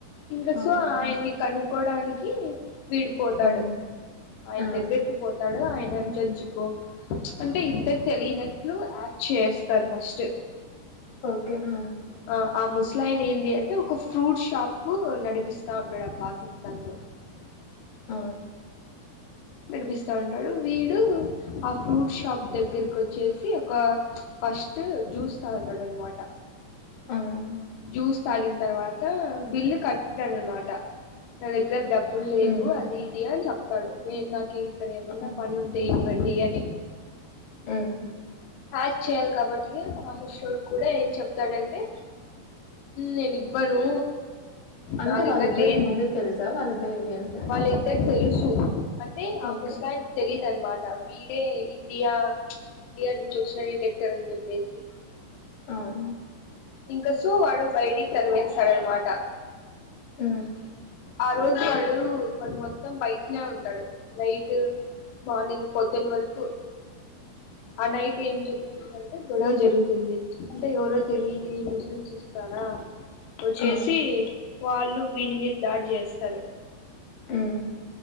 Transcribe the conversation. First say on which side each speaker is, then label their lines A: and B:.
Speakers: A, on the left; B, on the left.
A: ఇంకా
B: ఆ
A: సో
B: ఆ
A: ఆయన్ని కనుక్కోడానికి విడు పోతాడు
B: ఉమ్
A: ఆయన
B: ఆ
A: దగ్గరికి పోతాడు ఆయన్ అంచంచుకో అంటే ఇద్దర్ తెలియనట్లు యాక్ట్ చేస్తారు ఫస్ట్
B: ఓకే ఆ
A: ఆ ఆ ముస్ల ఆయన ఏంది అంటే ఒక ఫ్రూట్ షాప్ నడిపిస్తా ఉంటాడు ఆ పాకిస్తాన్ లో <unintelligible>
B: ఆ
A: నడిపిస్తా ఉంటాడు వీడు ఆ ఫ్రూట్ షాప్ దగ్గరికోచ్చేసి ఒక ఫస్ట్ జూస్ తాగుతాడన్నమాట
B: ఉం
A: జ్యూస్ తాగిన్ తర్వాత బిల్లు కట్టాడ్ అన్నమాట నా దగ్ గ్గర డబ్బుల్ లేదు
B: ఉమ్
A: అది ఇది అని చెప్తాడు వే నాకు ఇక్కడ ఏమన్నా
B: ఆ
A: పనుంటే ఇవ్ వండి అని
B: ఆ
A: యాక్ట్ చేయ్యాల్ కాబట్టి ఆ ముస్లోడు కూడా ఏం చెప్తాడంటే నేనివ్వను
B: అంటే
A: నా దగ్గర
B: వాళ్ళిద్దరికి
A: లేద్
B: ముందే తెలుసా వాళ్ళిద్దరు ఇండియన్స్ అని
A: వాళ్ళిద్దర్ తెలుసు అంటే ఆ
B: ఓకే
A: ముస్లాయనకి తెలీదు అన్నమాట వీ అంటే ఇండియా ఇండియా నుంచోచ్చిన డిటెక్టర్ అని చెప్పేసి
B: ఆ ఆ
A: ఇంక సో వాడు బయటిక్ తరిమేసాడనమాట
B: ఉ
A: ఆ రోజు వాడు వాడు మొత్తం బయట్నే ఉంటాడు నైట్ మార్నింగ్ పొద్దున్ వరకు ఆ నైట్ ఏం జరుగుత్ తుందంటే గొడవ జరుగుతుంది అంటే ఎవరో తెలియని ముస్లిమ్స్ వస్తారా వోచ్చేసి
B: ఆ
A: వాళ్ళు వీని మీద్ దాడి చేస్తారు
B: ఉ